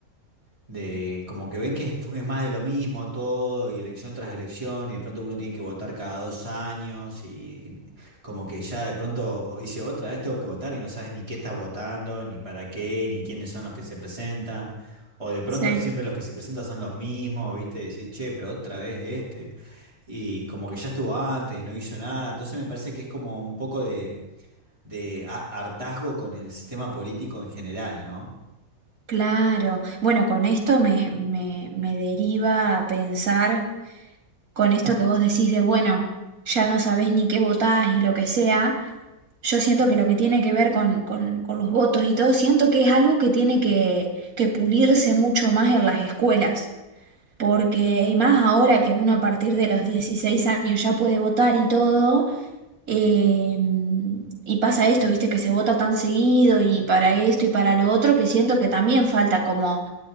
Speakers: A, on the right (about 20°); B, on the right (about 80°).
A: de como que ven que es, es más de lo mismo todo y elección tras elección y de pronto uno tiene que votar cada dos años y como que ya de pronto dice otra vez tengo que votar y no sabes ni qué estás votando, ni para qué, ni quiénes son los que se presentan. O de pronto
B: Sí.
A: siempre los que se presentan son los mismos, ¿viste? Decís, che, pero otra vez este. Y como que ya estuvo antes, no hizo nada. Entonces me parece que es como un poco de, de a- hartazgo con el sistema político en general, ¿no?
B: Claro. Bueno, con esto me, me, me deriva a pensar. con esto que vos decís de, bueno, ya no sabés ni qué votás y lo que sea, yo siento que lo que tiene que ver con, con- con los votos y todo, siento que es algo que tiene que, que pulirse mucho más en las escuelas, porque y más ahora que uno a partir de los 16 años ya puede votar y todo, eh, y pasa esto, viste, que se vota tan seguido y para esto y para lo otro, que siento que también falta como